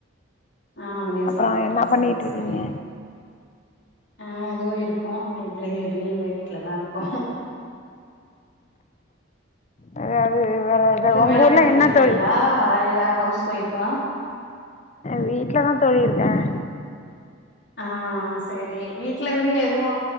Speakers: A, on the left (about 65°); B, on the left (about 35°).
A: ஆஹ் மதியம்
B: அப்புறம்
A: சாம்பார்
B: என்ன
A: சரி
B: பண்ணிட்டு இருக்கீங்க
A: சரி ஆஹ் அதோ இருக்கும் இன்னைக் பிள்ளைங்களுக்கு லயும் போய் வீட்டுலதான் இருக்கும் ஹஹ்உம்
B: அ அது வேற உங்க
A: வேல
B: ஊர்லா
A: பாத்துட்டு
B: என்ன
A: இருக்கீங்களா
B: தோழி
A: இல்ல ஹவுஸ் ஒய்ப்பா
B: வீட்டு்லதான் தோழி இருக்கேன்
A: ஆ சரி வீட்டு்ல இருந்து எதுவும